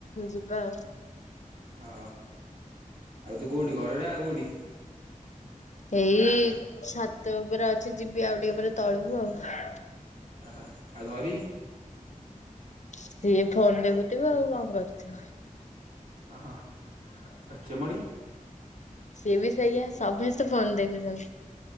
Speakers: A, on the left (about 60°); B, on the right (about 80°).
A: ଯିବା ଆଉ।
B: ହଁ ଆଉ ତୁ କୋଉଠି ଘରେଟ କୋଉଠି?
A: ଏଇ ଛାତ ଉପରେ ଅଛି ଯିବି ଆଉ ଟିକେ ଉପରେ ତଳକୁୁ ଆଉ।
B: ଆହା ଆଉ ଧରି?
A: ସିଏ ଫୋନ ଦେଖୁଥିବ ଆଉ କଣ କରିଥିବ।
B: ଓହୋ ଚେମଡ଼ି?
A: ସିଏ ବି ସେଇଆ ସମସ୍ତେ ଫୋନ ଦେଖୁଛନ୍ତି।